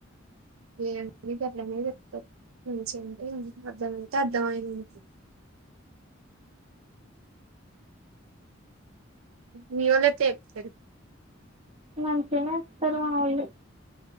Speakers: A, on the right; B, on the right.
A: <unintelligible> ఏీ గల్లనే పెట్ంచిడి అర్థమయితే అర్థం అయింది మీ వాళ్లు అయితే చెప్పారు.
B: మంచిగానే ఇస్తారు మాముళ్ళు.